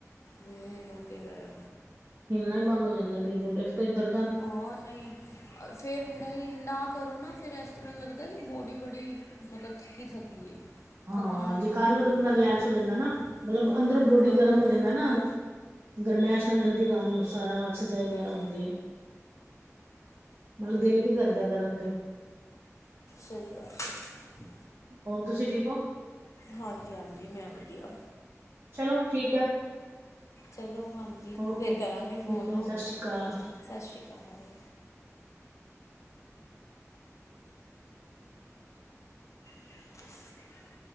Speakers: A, on the left; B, on the right.
A: ਹੂੰ, ਉਹ ਤੇ ਹੈ।
B: ਹਿੱਲਣਾ ਹੀ ਬੰਦ ਹੋ ਜਾਦਾ ਬਿਲਕੁਲ, ਇਕ ਤੇ ਇਧਰ
A: ਆ ਨਹੀ, ਫੇਰ ਨਹੀ ਨਾ ਕਰੋ ਨਾ, ਫਿਰ ਇਸ ਤਰ੍ਹਾਂ ਲੱਗਦਾ, ਕਿ ਬੋਡੀ ਬੜੀ ਮਤਲਬ ਥਕੀ- ਥਕੀ ਹੈ।
B: ਹਾਂ
A: ਥਕਾਨ
B: ਜੇ
A: ਬੜੀ
B: ਕਰ ਲਓ
A: ਹੋਈ
B: ਤਾਂ ਬੰਦਾ
A: ਦੀ
B: ਰਿਲੈਕਸ
A: ਹੈ
B: ਹੋ ਜਾਦਾ ਨਾ, ਮਤਲਬ
A: ਹਾਂ
B: ਅੰਦਰੋ ਬੋਡੀ
A: ਕਰ
B: ਗਰਮ
A: ਲਓ
B: ਹੋ
A: ਤੇ
B: ਜਾਦਾ
A: ਫਿਰ ਥੋੜ੍ਹਾ
B: ਨਾ ਗਰਮੈਸ਼ ਨਾਲ ਜਲਦੀ ਕਾਮ ਸਾਰਾ, ਐਕਸਰਸਾਈਜ਼
A: ਹਮ
B: ਵਗੈਰਾ ਹੁੰਦੀ ਹੈ। ਮਤਲਬ ਦਿਲ ਵੀ ਕਰਦਾ ਕਰਨ ਤੇ
A: ਸਹੀ ਗੱਲ ਹੈ।
B: ਹੋਰ ਤੁਸੀ ਠੀਕ ਹੋ।
A: ਹਾਂਜੀ- ਹਾਂਜੀ ਮੈ ਵਧੀਆ
B: ਚਲੋ ਠੀਕ ਹੈ
A: ਚਲੋ ਹਾਂਜੀ,
B: ਓਕੇ
A: ਫੇਰ
B: ਠੀਕ
A: ਕਰਾਂਗੇ ਫੋਨ
B: ਹੈ ਸਤਿ
A: ਔਕੇ
B: ਸ਼੍ਰੀ ਅਕਾਲ
A: ਸਤਿ ਸ਼੍ਰੀ ਅਕਾਲ। <unintelligible>